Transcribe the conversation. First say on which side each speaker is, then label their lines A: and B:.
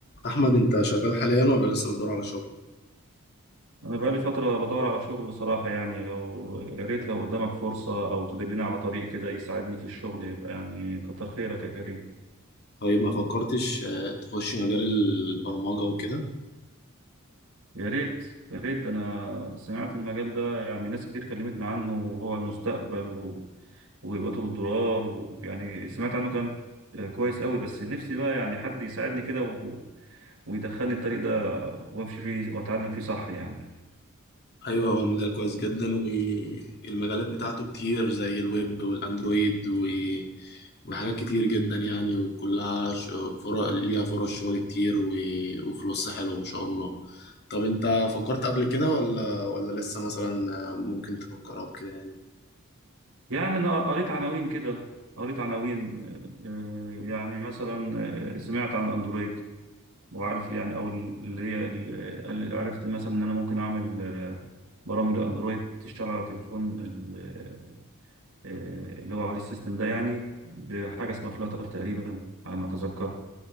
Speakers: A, on the left (about 50°); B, on the right (about 85°).
A: أحمد أنت شغال حاليا ولا لسه بتدور على شغل؟
B: أنا بقالي فترة بدور على شغل بصراحة يعني لو يا ريت لو قدامك فرصة أو تدلني على طريق كده يساعدني في الشغل يبقى يعني كتر خيرك يا كريم
A: طيب ما فكرتش آه، تخش مجال البرمجة وكده؟
B: يا ريت يا ريت ده أنا سمعت المجال ده يعني ناس كتير كلمتنا عنه وهو المستقبل و... ويبقى بالدولار ويعني سمعت عنه كلام آه، كويس قوي بس نفسي بقى يعني حد يساعدني كده و... ويدخلني الطريق ده وامشي فيه واتعلم فيه صح يعني
A: أيوه هو المجال كويس جدا والمجالات بتاعته كتير زي الويب والأندرويد و... وحاجات كتير جدا يعني وكلها ش... فرق ليها فرص شغل كتير و... وفلوس حلوة ما شاء الله طب أنت فكرت قبل كده ولا ولا لسه مثلا آه، ممكن تفكر أو كده يعني
B: يعني أنا قريت عناوين كده قريت عناوين آه، آه، يعني مثلا آه، سمعت عن الأندرويد وعارف يعني أو اللي هي ال- اللي عرفت مثلا إن أنا ممكن أعمل آه، برامج لأندرويد تشتغل على تليفون ال- آه، آه، اللي هو عليه السيستم ده يعني بحاجة اسمها فلاتر تقريبا على ما أتذكر